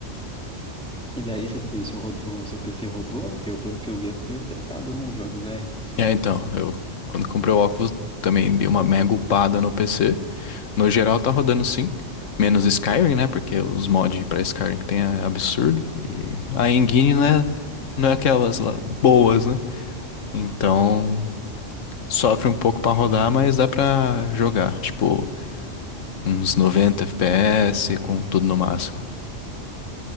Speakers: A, in the centre; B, on the left (about 85°).
A: E daí cê- e o seu, rod- o seu PC rodou? Porque eu- pelo que eu vi é meio pesado, né? Os jogos VR.
B: É, então, eu quando comprei o óculos também dei uma mega upada no PC. No geral tá rodando sim. Menos Skyrim, né? Porque os mods pra Skyrim que tem é absurdo. E a engine, né? Não é aquelas lá boas, né? Então. Sofre um pouco pra rodar, mas dá pra jogar. Tipo, uns 90 FPS com tudo no máximo.